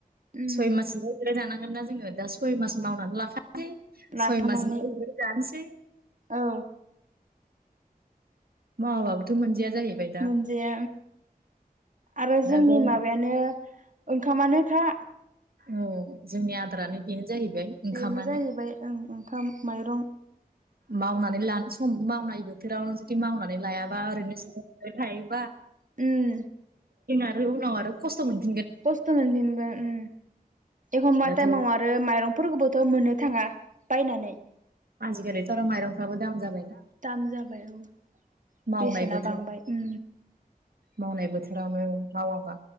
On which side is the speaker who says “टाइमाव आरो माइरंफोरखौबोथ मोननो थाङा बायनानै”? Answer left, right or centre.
Right